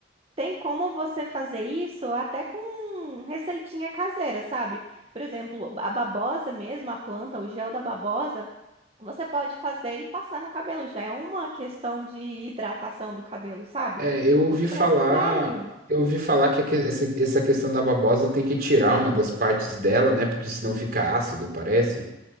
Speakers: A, on the right; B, on the right.
A: Tem como você fazer isso até com receitinha caseira, sabe? Por exemplo, a babosa mesmo, a planta, o gel da babosa, você pode fazer e passar no cabelo. Já é uma questão de hidratação do cabelo, sabe?
B: é, eu ouvi
A: Os
B: falar,
A: preços variam.
B: eu ouvi falar que que- essa, essa questão da babosa tem que tirar uma das partes dela, né? Porque senão fica ácido, parece.